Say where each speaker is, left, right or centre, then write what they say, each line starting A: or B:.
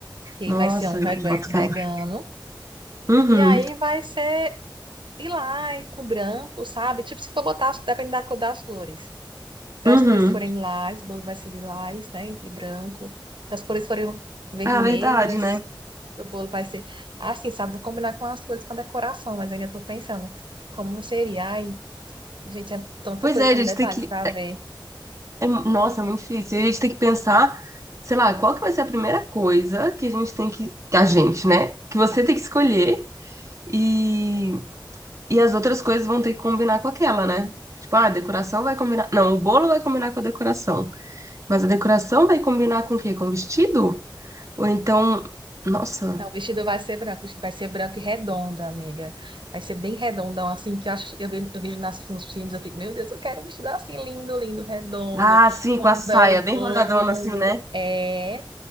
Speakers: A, on the right; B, on the right.
A: E aí
B: Nossa,
A: vai ser um Red
B: bota
A: Velvet vegano.
B: fé. Uhum,
A: E aí vai ser de lilás com branco, sabe? Tipo, se for botar, depende da cor das flores. Se
B: uhum.
A: as flores forem lilás, o bolo vai ser lilás, né? E branco. Se as flores forem vermelhas,
B: Ah, verdade, né?
A: o bolo vai ser. Assim, sabe? Vou combinar com as flores com a decoração, mas ainda tô pensando como seria. Ai, gente, é tanta
B: Pois
A: coisa,
B: é, a
A: tanto
B: gente
A: detalhe
B: tem que.
A: pra ver.
B: é- nossa, é muito difícil. E A gente tem que pensar, sei lá, qual que vai ser a primeira coisa que a gente tem que. que A gente, né? Que você tem que escolher. E E as outras coisas vão ter que combinar com aquela, né? Tipo, ah, a decoração vai combinar. Não, o bolo vai combinar com a decoração. Mas a decoração vai combinar com o quê? Com o vestido? Ou então. Nossa.
A: Não, o vestido vai ser branco, o vestido vai ser branco e redondo, amiga. Vai ser bem redondão, assim, que eu acho, eu vejo, eu vejo nas, nos filmes, eu fico, meu Deus, eu quero um vestido assim, lindo, lindo, redondo,
B: Ah, sim,
A: com
B: com a saia,
A: um véu
B: bem
A: longo.
B: rodadona assim, né?
A: É,